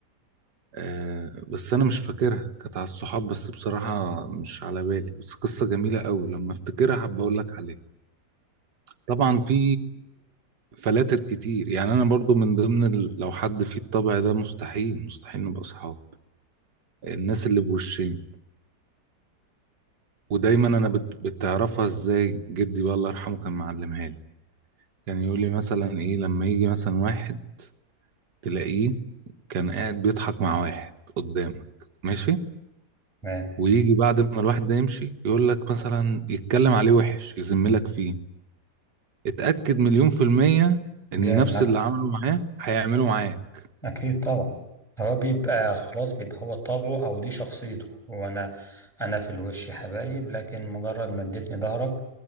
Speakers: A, on the right (about 75°); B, in the centre.
A: آه، بس أنا مش فاكرها كانت على الصحاب بس بصراحة مش على بالي بس قصة جميلة قوي لما أفتكرها حابب أقول لك عليها طبعا في فلاتر كتير يعني أنا برضو من ضمن ال... لو حد فيه الطبع ده مستحيل مستحيل نبقى أصحاب الناس اللي بوشين ودايما أنا بت... بتعرفها إزاي جدي بقى الله يرحمه كان معلمها لي كان يقول لي مثلا إيه لما يجي مثلا واحد تلاقيه كان قاعد بيضحك مع واحد قدامك ماشي
B: آه،
A: ويجي بعد ما الواحد ده يمشي يقول لك مثلا يتكلم عليه وحش يذملك فيه اتأكد مليون في المية ان
B: بيعمل
A: نفس
B: معاك
A: اللي عمله معاه هيعمله معاك
B: أكيد طبعا هو بيبقى خلاص بيبقى هو طبعه أو دي شخصيته هو أنا أنا في الوش يا حبايب لكن مجرد ما اديتني ظهرك